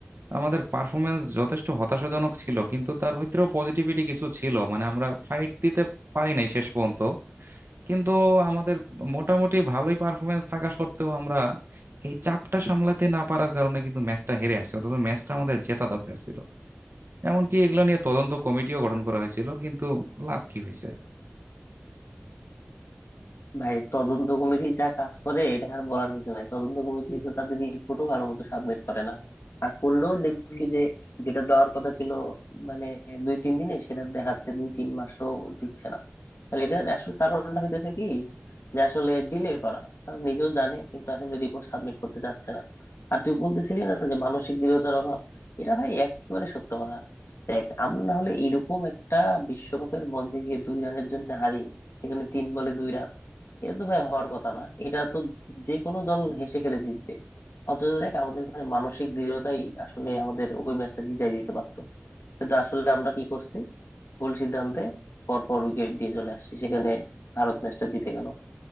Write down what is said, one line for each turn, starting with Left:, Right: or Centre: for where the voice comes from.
Right: আমাদের পারফরমেন্স যথেষ্ট হতাশাজনক ছিল কিন্তু তার ভিতরেও পজিটিভিটি কিছু ছিল মানে আমরা ফাইট দিতে পারি নাই শেষ পর্যন্ত কিন্তু আমাদের মোটামুটি ভালোই পারফরমেন্স থাকা সত্ত্বেও আমরা এই চাপটা সামলাতে না পারার কারণে কিন্তু ম্যাচটা হেরে আসছি অথচ ম্যাচটা আমাদের জেতা দরকার ছিল এমনকি এগুলো নিয়ে তদন্ত কমিটিও গঠন করা হয়েছিল কিন্তু লাভ কি হয়েছে
Left: ভাই তদন্ত কমিটি যা কাজ করে এটা আর বলার কিছু নাই তদন্ত কমিটি তো তাদের রিপোর্টও ভালো মতো সাবমিট করে না আর করলেও দেখবি যে যেটা দেওয়ার কথা ছিল মানে দুই তিন দিনে সেটা দেখাচ্ছে দুই তিন মাসও দিচ্ছে না তাহলে এটার আসল কারণটা হইতেছে কি যে আসলে ডিলে করা তারা নিজেও জানে কিন্তু আসলে রিপোর্ট সাবমিট করতে চাচ্ছে না আর তুই বলতেছিলি না যে মানসিক দৃঢ়তার অভাব এটা ভাই একেবারে সত্য কথা দেখ আমরা না হলে এরকম একটা বিশ্বকাপের বল দিয়ে গিয়ে দুই রানের জন্য হারি সেখানে তিন বলে দুই রান এটা তো ভাই হওয়ার কথা না এটা তো যে কোনো দল হেসে খেলে জিতবে অথচ দেখ আমাদের ওখানে মানসিক দৃঢ়তাই আসলে আমাদের ওই ম্যাচটা জিতাই দিতে পারতো কিন্তু আসলে আমরা কি করছি ভুল সিদ্ধান্তে পর পর উইকেট দিয়ে চলে আসছি সেখানে ভারত ম্যাচটা জিতে গেল